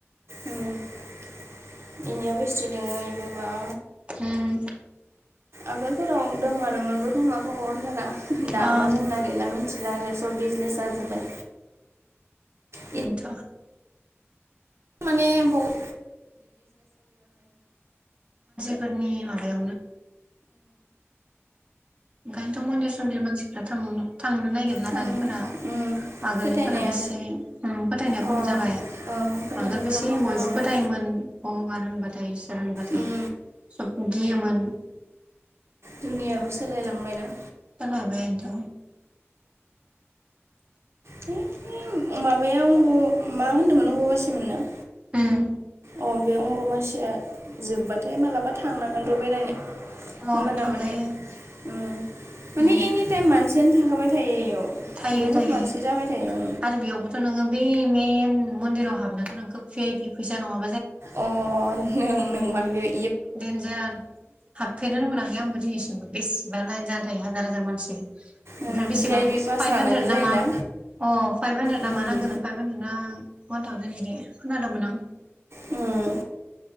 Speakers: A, on the right; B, on the right.
A: ओम इनियाबो हिस्थ्रि दोङो गोबां।
B: उम।
A: आगोलफोराव दंमारोमोनबो खोमा भगबानफोरा। दाबा
B: ओं
A: दोंना गैला मिथिला आरो सब बिजनेस जाजोब्बाय। बिदि
B: इनथ
A: माने बहुत
B: फोरनि माबा ओंखायनोथ मन्दिर सन्दिर मानसिफोरा थां थांनो नागिर ला
A: थांनो
B: दानिफोरा
A: उम
B: आगोलनिफोरा
A: फोथायनाया
B: बेसे फोथायनायाव
A: अ
B: खम जाबाय
A: औ फोथायनायफोरा
B: आगोल बेसे
A: खम
B: बयबो
A: जालांबाय
B: फोथायोमोन सल बाथ
A: उम
B: सबखो गियोमोन
A: दुनियाबो सोलायलांबायना
B: सोलायबायानोथ
A: है माबायाव अमब मा होनदोंमोन अमबबासिमोन ना
B: ओम
A: अ बे अम्बामासिया जोबबाथाय मालाबा थांनांगोन र बेरायनो होमबाना
B: अ थांजायो
A: माने ओम माने
B: उम
A: एनि टाइम मानसियानो थाखाबाय थायो इयाव
B: थायो
A: बहुद
B: थायो
A: मानसि जाबाय थायो
B: आरो बेयावबोथ नोङो बे मेन मन्दिराव हाबनोथ नोंखौ भि आइ पि फैसा नङा बा
A: अ नों नोंमारगै
B: देन्जार हाबफेरनोनो मोनाखै आंबो दिनैसिमबो बेसेबा लाइन जानां- हाजार हाजार मानसि ओमफ्राय
A: उम
B: बेसेबा
A: भि आइ पि पास
B: फाइभ
A: लानांगौ
B: हान्द्रेद
A: जायोना
B: ना मा अ फाइभ हानद्रेदना
A: उम
B: मा नांगोन फाइभ हानद्रेना अवान थावजेन इदि खोनादोंमोन आं
A: उम